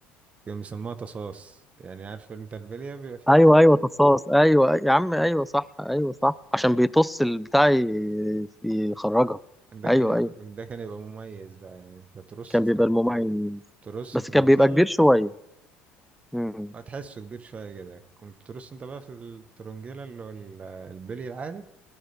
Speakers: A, on the right; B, in the centre.
A: كان بيسموها تصاص يعني عارف انت البلية بيبقى فيها
B: ايوه ايوه تصاص ايوه أيوة. يا عم ايوه صح ايوه صح عشان بيطص البتاع ي- يخرجها
A: ده
B: ايوه
A: كان يبقى
B: ايوه
A: ده كان يبقى مميز بقى يعني انت ترص
B: كان
A: في
B: بيبقى
A: ال-
B: المميز
A: ترص
B: بس
A: في المثلث
B: كان بيبقى كبير شويه امم
A: هتحسه كبير شوية كده كنت ترص انت بقى في الترنجيلة اللي هو ال- البلي العادي